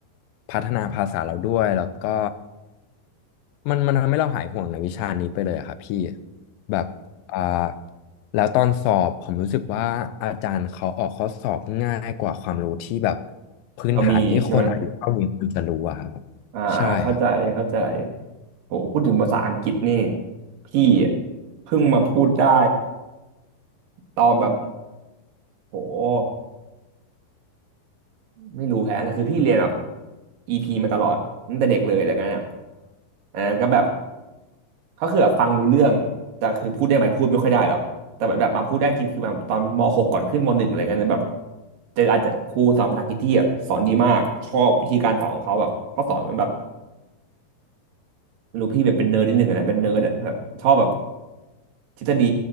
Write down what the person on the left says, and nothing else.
พัฒนาภาษาเราด้วยแล้วก็มันมันทำให้เราหายห่วงในวิชานี้ไปเลยอะครับพี่แบบอ่าแล้วตอนสอบผมรู้สึกว่าอาจารย์เขาออกข้อสอบง่ายกว่าความรู้ที่แบบพื้นฐานที่คนอายุเท่านี้ควรจะรู้อะครับ
ใช่ครับ